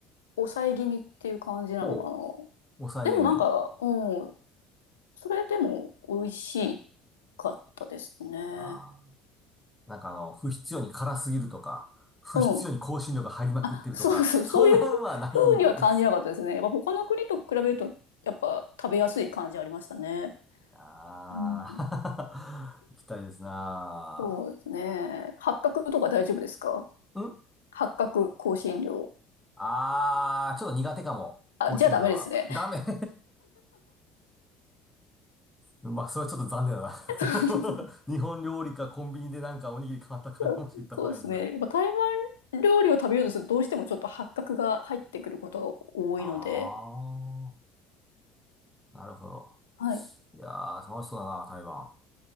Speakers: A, on the left; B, in the centre.
A: 抑え気味っていう感じなのかな。
B: ほう、抑え気味。
A: でもなんか、うん、それでも美味しかったですね。
B: あー、なんかあの、不必要に辛すぎるとか、不必要に香辛料が入りまくってるとか、
A: うん。あ、そうそう、
B: そんなんはないんですか
A: そういう風には感じなかったですね。やっぱ他の国と比べると、やっぱ食べやすい感じありましたね。
B: あ
A: うん
B: <laughs> あー、<laughs> 行きたいですな
A: そうですね。八角とか大丈夫ですか
B: あ。ん
A: 八角香辛料。
B: あー、ちょっと苦手かも。
A: あ、
B: 香辛料は。
A: じゃあダメですね。
B: ダメ <laughs> まあ、それはちょっと残念だな
A: <laughs>
B: <laughs> 日本料理かコンビニでなんかおにぎり買ったかもしれた場合には。
A: そうそうですね。やっぱ台湾料理を食べようとするとどうしてもちょっと八角が入ってくることが多いので、
B: あー、なるほど。
A: はい。
B: いやー、楽しそうだな、台湾。